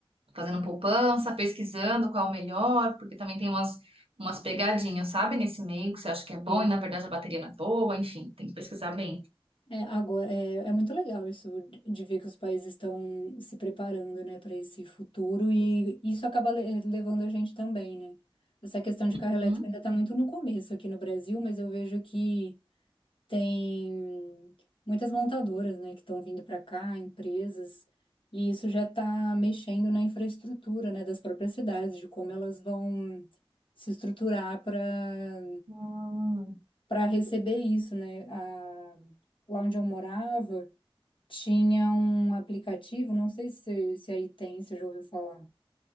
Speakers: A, on the right (about 75°); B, on the left (about 60°).
A: fazendo poupança, pesquisando qual é o melhor, porque também tem umas, umas pegadinhas, sabe, nesse meio que você acha que é bom
B: Sim.
A: e na verdade a bateria não é boa, enfim, tem que pesquisar bem.
B: É, agora, é, é muito legal isso de de ver que os países estão se preparando, né, para esse futuro e isso acaba le- levando a gente também, né? Essa questão de
A: Uhum.
B: carro elétrico ainda está muito no começo aqui no Brasil, mas eu vejo que Tem muitas montadoras, né, que estão vindo para cá, empresas, e isso já está mexendo na infraestrutura, né, das próprias cidades, de como elas vão se estruturar para
A: Hum.
B: para receber isso, né? A- lá onde eu morava, tinha um aplicativo, não sei se, se aí tem, se já ouviu falar